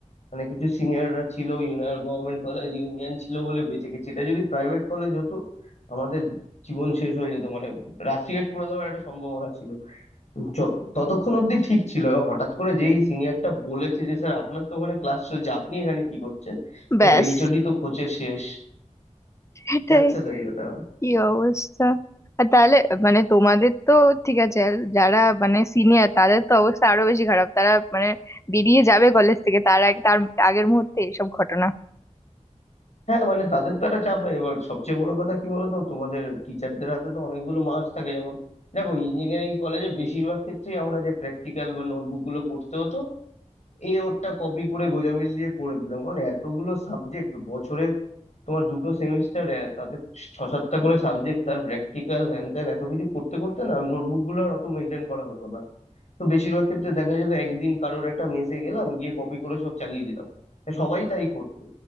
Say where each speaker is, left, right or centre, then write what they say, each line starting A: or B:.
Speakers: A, on the left (about 65°); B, on the left (about 25°).
A: মানে কিছু সিনিয়ররা ছিল ইউনিয়ন গভর্নমেন্ট কলেজ ইউনিয়ন ছিল বলে বেঁচে গেছি এটা যদি প্রাইভেট কলেজ হতো আমাদের জীবন শেষ হয়ে যেত মানে রাস্টিকেট করে দেওয়ার একটা সম্ভাবনা ছিল য- ততক্ষণ অব্দি ঠিক ছিল হঠাৎ করে যেই সিনিয়রটা বলেছে যে স্যার আপনার তো ওখানে ক্লাস চলছে আপনি এখানে কি করছেন
B: ব্যাস
A: এইচওডি তো খোঁচে শেষ
B: এটাই
A: যাচ্ছে তাই ওটা
B: কি অবস্থা আর তাহলে মানে তোমাদের তো ঠিক আছে আর যারা মানে সিনিয়র তাদের তো অবস্থা আরো বেশি খারাপ তারা মানে বেরিয়ে যাবে কলেজ থেকে তার আগে তার আগের মুহূর্তে এইসব ঘটনা
A: হ্যাঁ মানে তাদের তো একটা চাপ হয় এবার সবচেয়ে বড় কথা কি বলতো তোমাদের টিচারদের হাতে তো অনেকগুলো মার্কস থাকে যেমন দেখো ইঞ্জিনিয়ারিং কলেজে বেশিরভাগ ক্ষেত্রেই আমরা যে প্র্যাকটিক্যাল বা নোটবুক গুলো করতে হতো এ ওরটা কপি করে গোজামিল দিয়ে করে দিতাম কারণ এতগুলো সাবজেক্ট বছরে তোমার দুটো সেমিস্টার তাতে ছ সাতটা করে সাবজেক্ট তার প্র্যাকটিক্যাল হ্যান ত্যান এত কিছু করতে করতে না নোটবুকগুলো আর অত মেনটেন করা হতো না তো বেশিরভাগ ক্ষেত্রে দেখা যেত একদিন কারোর একটা মেসে গেলাম গিয়ে কপি করে সব চালিয়ে দিলাম তা সবাই তাই করতো